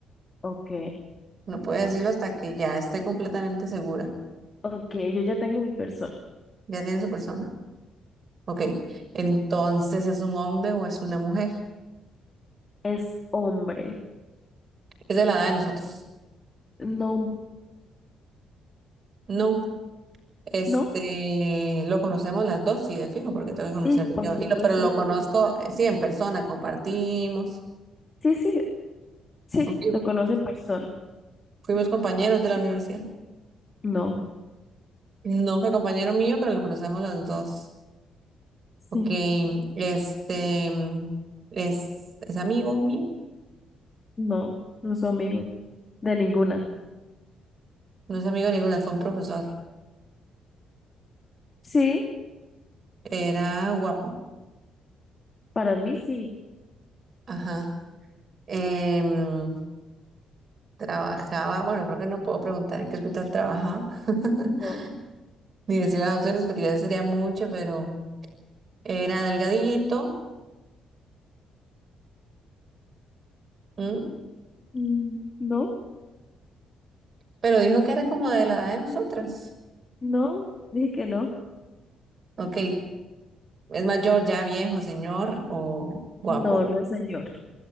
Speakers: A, on the left (about 30°); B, on the right (about 45°).
A: Ok,
B: No puedo decirlo hasta que ya esté completamente segura.
A: ok, yo ya tengo mi persona.
B: Ya tiene su persona. Ok, entonces ¿es un hombre o es una mujer?
A: Es hombre.
B: Es de la edad de nosotros.
A: No,
B: No. Este,
A: no.
B: lo conocemos las dos, sí, de fijo, porque tengo
A: Sí,
B: que conocerlo
A: por
B: yo.
A: supuesto
B: Y lo, pero lo
A: lo conoce
B: conozco,
A: en persona.
B: eh, sí, en persona, compartimos.
A: Sí, sí, sí,
B: ok,
A: lo conoce en persona.
B: Fuimos compañeros de la universidad.
A: No,
B: No fue compañero mío, pero lo conocemos los dos.
A: sí,
B: Ok, este, mm, es, es amigo mío.
A: no, no soy amigo de ninguna.
B: No es amigo de ninguna, fue un profesor.
A: Sí,
B: Era guapo.
A: para mí sí.
B: Ajá. Em, trabajaba, bueno, creo que no puedo preguntar en qué hospital trabajaba, <laughs>
A: No,
B: ni decir las opciones, porque ya sería mucho, pero... Era delgadito, ¿m?
A: mm, no,
B: Pero dijo que era como de la edad de nosotras.
A: no, dije que no.
B: Ok, es mayor, ya viejo, señor, o guapo,
A: No, no, señor.